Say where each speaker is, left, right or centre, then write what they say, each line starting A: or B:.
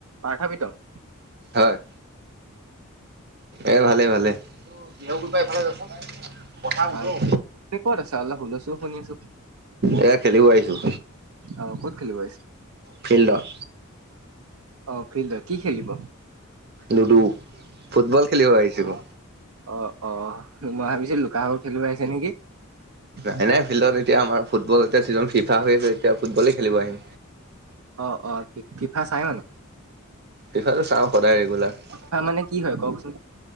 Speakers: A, on the right (about 80°); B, on the right (about 50°).
A: পাৰ্থ পিত্ৰম?
B: হয়, এই ভালেই ভালেই। বিহগুৰি পা এইফালে যা চোন। পৰা
A: ভাল
B: উদং,
A: আপুনি ক'ত আছে অলপ হুলস্থুল শুনি আছো
B: এইয়া খেলিব আহিছোঁ।
A: অ', ক'ত খেলিব আহিছা?
B: ফিল্ডত।
A: অ', ফিল্ডত। কি খেলিব?
B: লুডু, ফুটবল খেলিব আহিছো।
A: অ', অ', মই ভাবিছিলো লুকা ভাকু খেলিব আহিছ নেকি!
B: নাই নাই, ফিল্ডত এতিয়া আমাৰ ফুটল এতিয়া চিজন ফিফা হৈ আছে, এতিয়া ফুটবলেই খেলিব আহিম।
A: অ', অ', ফিফা চাই মানে?
B: ফিফাটো চাওঁ সদায় ৰেগুলাৰ।
A: ফিফা মানে কি হয় কওকচোন?